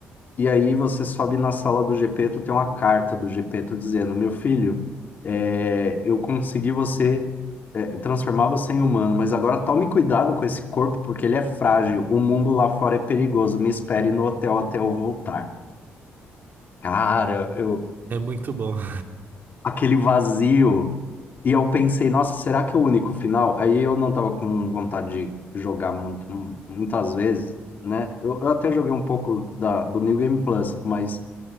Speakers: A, on the left; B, on the right.
A: E aí você sobe na sala do Gepeto, tem uma carta do Gepeto dizendo, meu filho, é, eu consegui você é, transformar você em humano, mas agora tome cuidado com esse corpo porque ele é frágil. O mundo lá fora é perigoso. Me espere no hotel até eu voltar. Cara, eu
B: É muito bom. <laughs>
A: aquele vazio. E eu pensei, nossa, será que é o único final? Aí eu não tava com vontade de jogar muito, muitas vezes, né? Eu, eu até joguei um pouco da, do New Game Plus, mas